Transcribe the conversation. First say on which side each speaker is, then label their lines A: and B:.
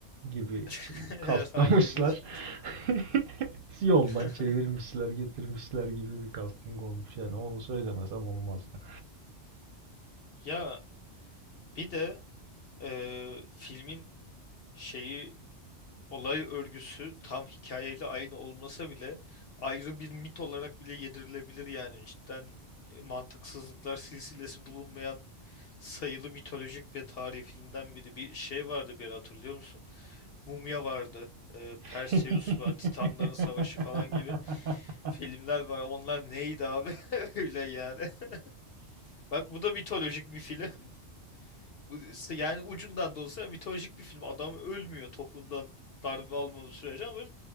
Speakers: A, on the right; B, on the left.
A: gibi
B: <laughs> Herhangi
A: kastlamışlar.
B: bir anda.
A: <laughs> Yoldan
B: <laughs>
A: çevirmişler, getirmişler gibi bir casting olmuş. Yani onu söylemesem olmazdı.
B: Ya bir de eee, filmin şeyi olay örgüsü tam hikayeyle aynı olmasa bile ayrı bir mit olarak bile yedirilebilir yani. Cidden e, mantıksızlıklar silsilesi bulunmayan sayılı mitolojik ve tarihi filmden biri. Bir şey vardı bir ara hatırlıyor musun? Mumya vardı, e, Perseus
A: <laughs>
B: var, Titanların Savaşı falan gibi filmler var. Onlar neydi abi? <laughs> Öyle yani. <laughs> Bak bu da mitolojik bir film. <laughs> Bu, yani ucundan da olsa mitolojik bir film. Adam ölmüyor topundan darbe almadığı sürece ama